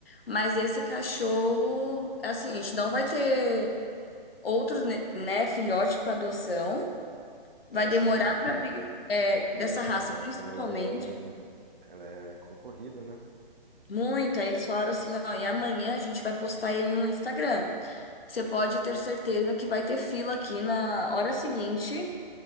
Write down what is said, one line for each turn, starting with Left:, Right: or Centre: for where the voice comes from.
Left: mas esse cachorro, assim, a gente não vai ter outros, né, né, filhote pra adoção. Vai
Right: Essa
Left: demorar
Right: raça,
Left: para é, dessa
Right: e essa
Left: raça,
Right: raça,
Left: principalmente.
Right: ela é, ela é concorrida, né?
Left: Muito. Aí eles falaram assim, ó, e amanhã a gente vai postar ele no Instagram. Você pode ter certeza que vai ter fila aqui na hora seguinte